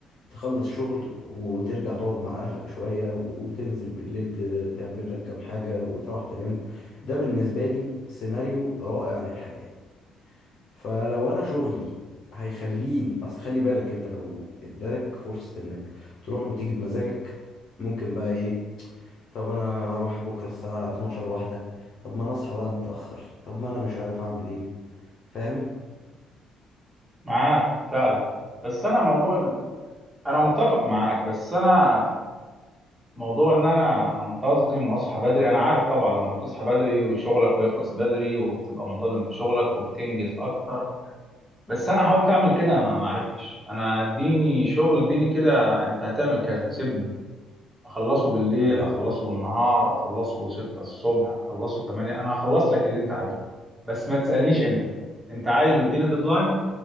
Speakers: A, on the left (about 50°); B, on the right (about 15°).
A: تخلص شغل وترجع تقعد مع أهلك شوية وتنزل بالليل ت- تعمل لك كام حاجة وتروح تنام ده بالنسبة لي سيناريو رائع للحياة فلو أنا شغلي هيخليني أصل خلي بالك أنت لو ادالك فرصة إنك تروح وتيجي بمزاجك ممكن بقى إيه طب انا هروح بكره الساعه 12 واحده طب ما انا اصحى بقى متاخر طب ما انا مش عارف اعمل ايه فاهم
B: معاك فعلا بس انا موضوع ال... انا متفق معاك بس انا موضوع ان انا انتظم واصحى بدري انا عارف طبعا لما بتصحى بدري وشغلك بيخلص بدري وبتبقى منتظم في شغلك وبتنجز اكتر بس انا حاولت اعمل كده ما ما عرفتش انا اديني شغل اديني كده انت هتعمل كذا سيبني اخلصه بالليل
A: ايوه
B: اخلصه بالنهار اخلصه 6 الصبح اخلصه 8 انا هخلص لك اللي انت عايزه بس ما تسالنيش امتى انت عايز اديني ديدلاين